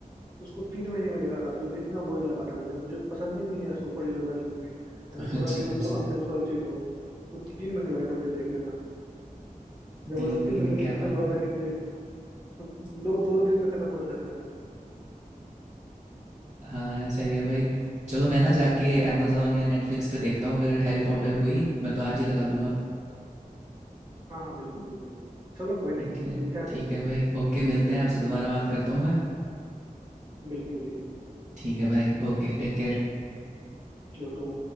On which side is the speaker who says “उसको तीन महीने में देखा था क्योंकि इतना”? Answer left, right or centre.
Right